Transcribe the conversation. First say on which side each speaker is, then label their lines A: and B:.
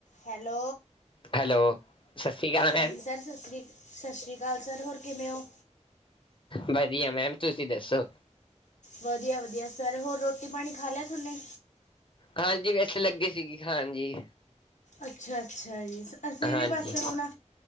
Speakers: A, on the left; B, on the left.
A: ਹੈਲੋ।
B: ਹੈਲੋ, ਸਤਿ ਸ਼੍ਰੀ ਅਕਾਲ ਮੈਮ,
A: ਹਾਂਜੀ ਸਰ ਸਸਰੀ- ਸ਼ਸਰੀਕਾਲ ਸਰ ਹੋਰ ਕਿਮੇ ਓ?
B: ਵਧੀਆ ਮੈਮ ਤੁਸੀਂ ਦੱਸੋ?
A: ਵਧੀਆ -ਵਧੀਆ ਸਰ ਹੋਰ ਰੋਟੀ- ਪਾਣੀ ਖਾ ਲਿਆ ਤੁਨੇ?
B: ਹਾਂਜੀ ਬਸ ਲੱਗੇ ਸੀਗੇ ਖਾਣ ਜੀ।
A: ਅੱਛਾ -ਅੱਛਾ ਜੀ, ਅਸੀਂ
B: ਹਾਂਜੀ।
A: ਵੀ ਬਸ ਹੁਣ